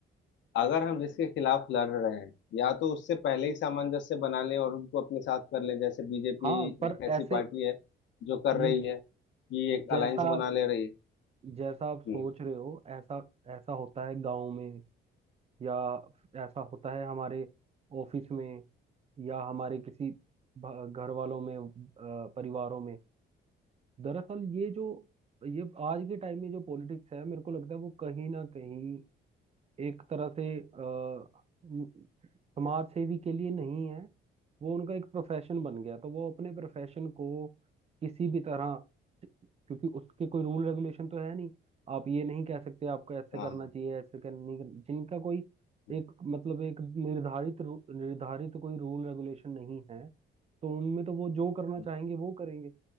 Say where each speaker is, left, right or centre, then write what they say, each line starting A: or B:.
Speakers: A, on the left; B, on the right.
A: अगर हम जिसके खिलाफ लड़ रहे हैं या तो उससे पहले ही सामंजस्य बना लें और उनको अपने साथ कर लें जैसे बीजेपी
B: हाँ पर
A: एक ऐसी
B: ऐसे
A: पार्टी है जो कर
B: ये
A: रही है कि एक
B: जैसा
A: अलायंस बना
B: आप
A: ले रही है
B: जैसा आप सोच
A: हम्म,
B: रहे हो ऐसा ऐसा होता है गांव में या ऐसा होता है हमारे ऑफिस में या हमारे किसी भ- घर वालों में अ, परिवारों में दरअसल ये जो ये आज के टाइम में जो पॉलिटिक्स है मेरे को लगता है वो कहीं ना कहीं एक तरह से अ, म- समाज सेवी के लिए नहीं है वो उनका एक प्रोफेशन बन गया तो वो अपने प्रोफेशन को किसी भी तरह क्योंकि उसके कोई रूल रेगुलेशन तो है नहीं आप ये नहीं कह सकते आपको ऐसे
A: हाँ
B: करना
A: हाँ,
B: चाहिए ऐसे कर नहीं कर- जिनका कोई
A: हम्म,
B: एक मतलब एक निर्धारित रू- निर्धारित कोई रूल रेगुलेशन नहीं है तो उनमें तो वो जो करना
A: हम्म,
B: चाहेंगे वो करेंगे